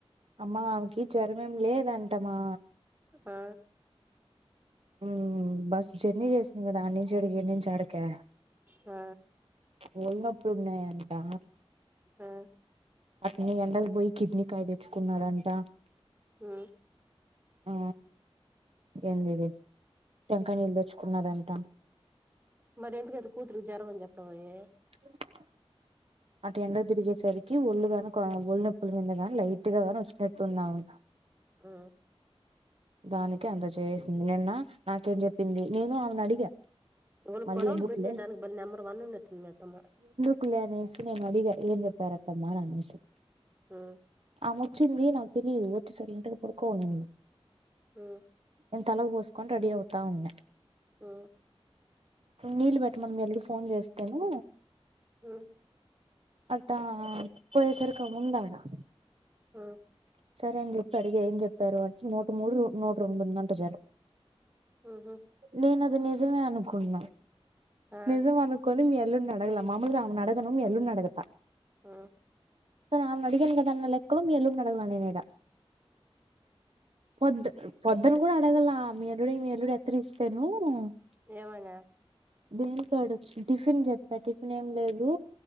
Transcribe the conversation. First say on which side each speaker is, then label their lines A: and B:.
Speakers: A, on the right; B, on the right.
A: అమ్మా ఆమెకి జరం ఏం లేదంటమా
B: ఆ
A: ఉహు బస్ జర్నీ చేసింది కదా అన్నించి ఈడికి ఈనించి అడికి
B: ఆ
A: వొల్ నొప్ ఇప్పుడున్నాయ అంటా
B: ఆ
A: అతని ఎండాకి పోయి కిడ్నీకాయ తెచ్చుకున్నారంట
B: హు
A: ఆ ఏంది ఇది టెంకాయ నీళ్ళు తెచ్చుకున్నదంట
B: మరి ఎందుకైతే కూతురుకి జరమని చెప్పడంమె
A: <inaudible> అటు ఎండ తిరిగేసరికి ఒళ్ళు గనుక నొప్పుల మీద గాని లైట్ గాని వచ్చినట్టున్నావును
B: ఆ
A: దానికి అంత చేసింది నిన్న నాకేం చెప్పింది నేను ఆమెను అడిగా
B: వాళ్ళు
A: మళ్ళీ
B: గొడవలు
A: ఎందుకులే
B: పెట్టే దానికి బళ్ీ నెంబర్ వన్ ఉన్నట్ంది మితము
A: కు నేసిన మగ ఇం పేరకమా నేస <inaudible>
B: హు
A: ఆమె వచ్చింది నాకు తెలియదు వచ్చిసరి ఇంటికి పడుకోవంది
B: ఉమ్
A: నేను తలకు పోసుకొని రెడీ అవుతా ఉన్నా
B: ఉమ్
A: నీల్బట్ట మ మ <inaudible> ఫోన్ చేస్తేనూ
B: ఉమ్
A: అట్టా పోయేసరికి ఉండడా
B: ఆ
A: సరే అని చెప్పి అడిగ ఏం చెప్పారు అంటే నూట మూడు నూట్ రొండుందంట జ్వరం
B: ఉహు
A: నేను అది నిజ <inaudible> కున్న
B: ఆ
A: నిజం అనుకొని మీ అత్ ఎల్లుండి అడగలే మాములుగా ఆమెను అడగను మీ అలుండి అడగత
B: ఆ
A: స నా నగన్ కదాన్నలకులం ఎళ <inaudible> <unintelligible> అడగలే నేను ఈడ పొద్దు పొద్దున కూడా అడ ఇగల మేలుడ మేలుడి అత్ర ఇస్తలేను <unintelligible>
B: ఏమనా
A: దీనికికాడు టిఫిన్ చెప్పా టిఫిన్ ఏం లేదు